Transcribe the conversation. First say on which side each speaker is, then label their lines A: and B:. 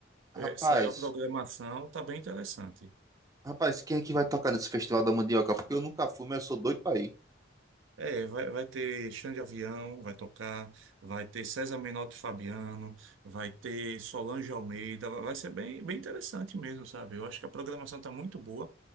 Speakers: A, on the right; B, on the right.
A: Rapaz,
B: É, saiu a programação, tá bem interessante.
A: rapaz, quem é que vai tocar nesse Festival da Mandioca? Porque eu nunca fui, mas eu sou doido pra ir.
B: É, vai, vai ter Xande Avião, vai tocar, vai ter César Menotti e Fabiano, vai ter Solange Almeida, vai vai ser bem, bem interessante mesmo, sabe? Eu acho que a programação está muito boa,